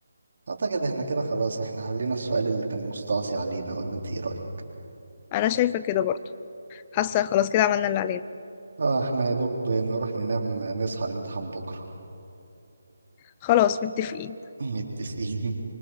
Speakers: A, on the right; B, on the left.
A: اعتقد احنا كده خلاص احنا حلينا السؤال اللي كان مستعصي علينا ولا انت ايه رايك
B: أنا شايفة كده برضو حاسة خلاص كده عملنا اللي علينا
A: اه احنا يا دوب نروح ننام نصحى الامتحان بكرة
B: خلاص متفقين
A: <laughs> متفقين